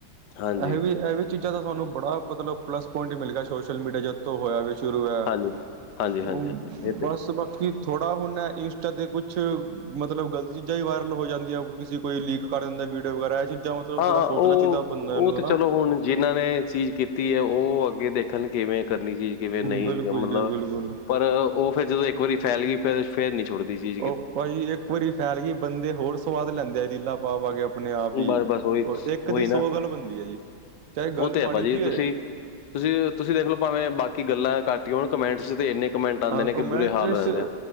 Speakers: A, on the left; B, on the right.
A: ਹਾਂਜੀ,
B: ਇਹ ਵੀ ਇਹ ਵੀ ਚੀਜ਼ਾਂ ਦਾ ਤੁਹਾਨੂੰ ਬੜਾ ਮਤਲਬ ਪਲੱਸ ਪੁਆਇੰਟ ਮਿਲ ਗਿਆ ਸੋਸ਼ਲ ਮੀਡੀਆ ਜ ਤੋਂ ਹੋਇਆ। ਸ਼ੁਰੂ ਐ
A: ਹਾਂਜੀ, ਹਾਂਜੀ, ਹਾਂਜੀ,
B: ਓ
A: ਹਾਂਜੀ ਇਹ ਤੇ
B: ਬਸ ਬਾਕੀ, ਥੋੜ੍ਹਾ ਹੁਣ ਇੰਸਟਾ 'ਤੇ ਕੁਛ ਮਤਲਬ ਗਲਤ ਚੀਜ਼ਾਂ ਹੀ ਵਾਇਰਲ ਹੋ ਜਾਂਦੀਆਂ ਕਿਸੇ ਕੋਈ ਲੀਕ ਕਰ ਦਿੰਦਾ ਵੀਡੀਓ ਵਗੈਰਾ ਇਹ ਚੀਜ਼ਾਂ ਮਤਲਬ
A: ਹਾਂ,
B: ਥੋੜ੍ਹਾ ਸੋਚਣਾ
A: ਉਹ
B: ਚਾਹੀਦਾ ਬੰਦਿਆਂ
A: ਉਹ
B: ਨੂੰ
A: ਤੇ
B: ਨਾ।
A: ਚਲੋ ਹੁਣ ਜਿਨਾਂ ਨੇ ਚੀਜ਼ ਕੀਤੀ ਐ ਉਹ ਅੱਗੇ ਦੇਖਣ ਕਿਵੇਂ ਕਰਨੀ ਚੀਜ਼ ਕਿਵੇਂ ਨਹੀਂ
B: ਬਿਲਕੁਲ
A: ਮਤਲਬ
B: ਜੀ ਬਿਲਕੁਲ।
A: ਪਰ ਉਹ ਫੇਰ ਜਦੋਂ ਇੱਕ ਵਾਰੀ ਫੈਲ ਗਈ ਫਿਰ ਫੇਰ ਨਹੀਂ ਛੁੱਟਦੀ ਜੀ।
B: ਉਹ ਭਾਜੀ ਇੱਕ ਵਾਰੀ ਫੈਲ ਗਈ ਬੰਦੇ ਹੋਰ ਸਵਾਦ ਲੈਂਦੇ ਆ ਰੀਲਾ ਪਾ ਪਾ ਆ ਕੇ ਆਪਣੇ ਆਪ ਈ।
A: ਬਸ, ਬਸ ਉਹੀ,
B: ਉਹ ਇੱਕ
A: ਉਹੀ
B: ਦੀ ਸੌ
A: ਨਾ।
B: ਗੱਲ ਬਣਦੀ ਐ ਜੀ ਚਾਹੇ ਗੱਲ
A: ਉਹ ਤੇ ਹੈ
B: ਮਾੜੀ
A: ਭਾਜੀ
B: ਜੀ
A: ਤੁਸੀਂ
B: ਹੋਏ।
A: ਤੁਸੀਂ ਤੁਸੀਂ ਦੇਖ ਲੋ ਭਾਵੇਂ ਬਾਕੀ ਗੱਲਾਂ ਕੱਟ ਹੋਣ ਕਮੈਂਟਸ ਚ ਤੇ ਇੰਨੇ ਕਮੈਂਟ ਆਉਂਦੇ
B: ਆਹ
A: ਨੇ
B: ਕੋਮੈਂਟਰਸ,
A: ਕਿ ਬੁਰੇ ਹਾਲ ਹੋ ਜਾਂਦੇ ਆ